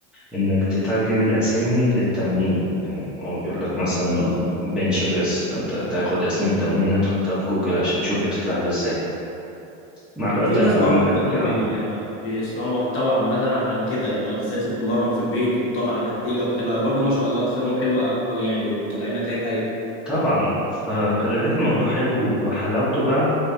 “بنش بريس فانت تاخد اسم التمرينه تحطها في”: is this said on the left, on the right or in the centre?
Centre